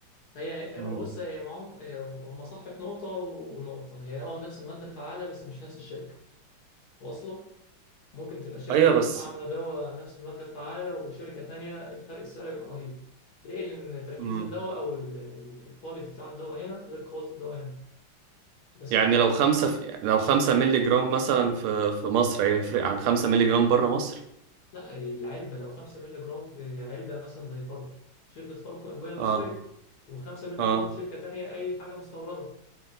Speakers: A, on the left (about 65°); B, on the right (about 90°).
A: هي هي-
B: مم.
A: بص هي معاهم هي- هم صح في نقطه ونقطه هي اه نفس الماده الفعاله بس مش نفس الشركه واصله ممكن تبقى شركة
B: ايوه
A: عام-
B: بس
A: عاملة دواء نفس المادة الفعالة وشركة تانية الفرق السعر يبقى رهيب ليه؟ لأن تركيز
B: مم.
A: الدواء أو الكواليتي بتاع الدواء هنا غير كواليتي الدواء هنا بس
B: يعني لو خمسة في... لو خمسة مللي جرام مثلا في في مصر هيفرق عن خمسة مللي جرام بره مصر
A: لا العلبة لو 5 مللي جرام في علبة مثلا زي فاركو شركة فاركو أدوية مصرية
B: اه
A: و5 مللي
B: اه
A: جرام في شركة تانية أي حاجة مستوردة